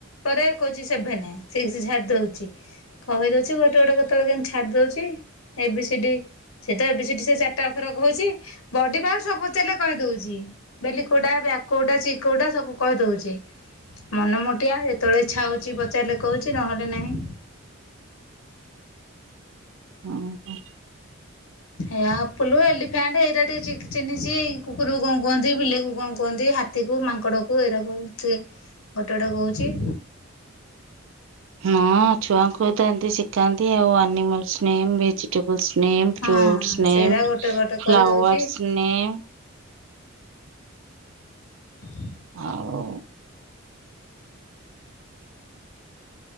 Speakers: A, on the left; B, on the right.
A: ପରେ କହୁଛି ସେଭେନ ସିକ୍ସ ଛାଡ଼ି ଦଉଛି। କହିଦଉଛି ଗୋଟେ ଗୋଟେ କେତେବେଳେ କେମତି ଛାଡି ଦଉଛି ଏ ବି ସି ଡି ସେତ ଏ ବି ସି ଡି ସେ ଚାରିଟା ଅକ୍ଷର କହୁଛି ବଡି ପାର୍ଟ ସବୁ ପଚାରିଲେ କହିଦଉଛି। ବେଲି କୋଉଟା ବ୍ୟାକ କୋଉଟା ଚୀକ୍ କୋଉଟା ସବୁ କହିଦଉଛି। ମନ ମୋଟିଆ ଯେତେବେଳେ ଇଚ୍ଛା ହଉଛି ପଚାରିଲେ କହୁଛି ନହେଲେ ନାହିଁ।
B: ହଁ ହ।
A: ଏ ଆପଲ ଏଲିଫ୍ୟାଣ୍ଟ ଏଇରା ଟିକେ ଚି ଚିନ୍ହିଛି। କୁକୁରକୁ କଂ କୁହନ୍ତି ବିଲେଇକୁ କାଂ କୁହନ୍ତି ହାତୀକୁ ମାଙ୍କଡ କୁ ଏଇରାକୁ ସି ଗୋଟେ ଗୋଟେ କହୁଛି।
B: ହ ଛୁଆଙ୍କୁ ତ ଏମିତି ଶିଖାନ୍ତି ଆଉ animals name vegetables name ଫ୍ରୁଟ୍ସ
A: ହଁ
B: ନେମ୍
A: ସେଇରା ଗୋଟେ ଗୋଟେ
B: ଫ୍ଲାୱର୍ସ
A: କହିଦଉଚି
B: ନେମ୍।
A: <inaudible>
B: ଆଉ